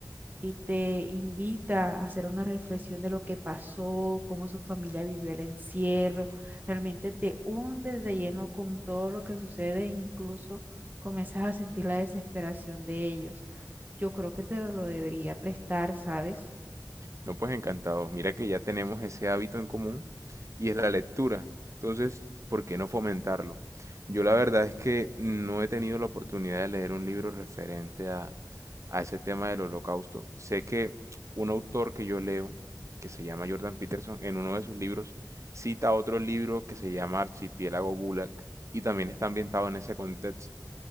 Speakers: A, on the right; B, on the right.
A: y te invita a hacer una reflexión de lo que pasó, cómo su familia vivió el encierro. Realmente te hundes de lleno con todo lo que sucede, e incluso comienzas a sentir la desesperación de ellos. Yo creo que te lo debería prestar, ¿sabes?
B: No, pues encantado. Mira que ya tenemos ese hábito en común y es la lectura. Entonces, ¿por qué no fomentarlo? Yo la verdad es que no he tenido la oportunidad de leer un libro referente a, a ese tema del holocausto. Sé que un autor que yo leo, que se llama Jordan Peterson, en uno de sus libros cita otro libro que se llama Archipiélago Gulag y también está ambientado en ese contexto.